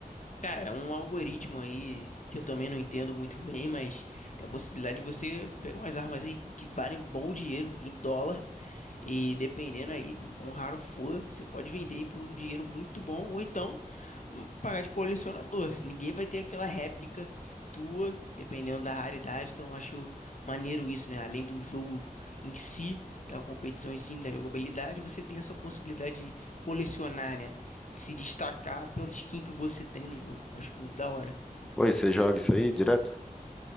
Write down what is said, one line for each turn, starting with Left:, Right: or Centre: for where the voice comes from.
Left: Cara, é um algoritmo aí que eu também não entendo muito bem, mas tem a possibilidade de você pegar umas armas aí que valem bom dinheiro em dólar e dependendo aí do quão raro for, você pode vender aí por um dinheiro muito bom ou então pagar de colecionador. assim, Ninguém vai ter aquela réplica tua, dependendo da raridade. Então, eu acho maneiro isso, né? Além do jogo em si, da competição em si, né, da jogabilidade, você tem essa possibilidade de colecionar, né? De se destacar pela skin que você tem no jogo. Acho muito da hora.
Centre: Pô, você joga isso aí direto?